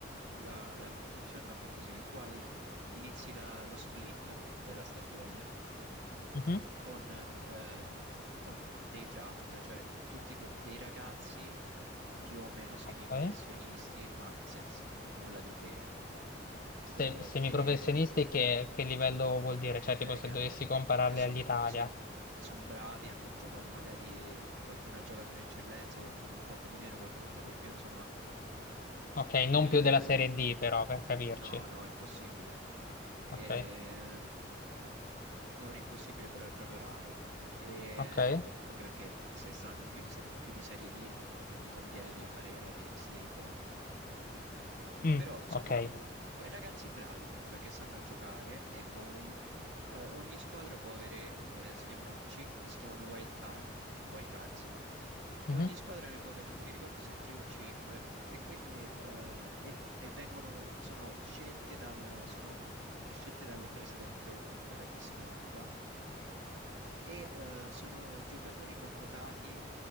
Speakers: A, on the right; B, on the left.
A: la, la composizione è fatta così. Tu hai, inizi la- lo split della stagione
B: Mhm.
A: con, ehm, con dei draft, cioè tutti que- dei ragazzi più o meno semiprofessionisti,
B: Ok.
A: ma senza nulla di che,
B: Se,
A: eh,
B: semiprofessionisti
A: che,
B: che, che livello vuol dire? Cioè,
A: cioè,
B: tipo se
A: che
B: dovessi
A: hanno,
B: compararli
A: che, che so-
B: all'Italia.
A: son- son bravi, hanno giocato magari, qualcuno ha giocato in eccellenza, qualcuno un poco di meno, qualcuno un poco di più, insomma, sc-
B: Ok,
A: è
B: non
A: quel
B: più
A: livello.
B: della Serie D però, per capirci.
A: No, no, impossibile. Ehm,
B: Ok,
A: non impossibile, però è proprio raro. E
B: ok.
A: anche perché se stanno più, in se- più di Serie D n- non gli conviene fare la Kings League.
B: Mm,
A: Però, insomma,
B: ok.
A: que- ragazzi bravi comunque che sanno giocare. E poi eh, ogni squadra può avere, eh, si chiamano, cin- si chiamano wild card, wild cards. E
B: Mhm.
A: ogni squadra ne può avere, non mi ricordo se 3 o 5, e quindi eh, e, e vengono, sono scelte dal, sono, eh, scelte dal presidente o comunque da chi se ne occupa, e eh, sono giocatori convocati